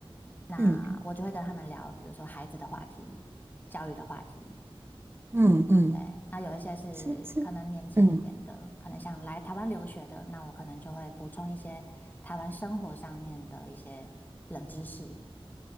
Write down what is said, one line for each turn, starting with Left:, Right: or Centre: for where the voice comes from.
Left: 那我就会跟他们聊，
Right: 嗯
Left: 比如说孩子的话题、教育的话题。
Right: 嗯嗯，
Left: 对对，那有一些是可能年轻一点的，
Right: 是是，嗯
Left: 可能想来台湾留学的，那我可能就会补充一些台湾生活上面的一些冷知识，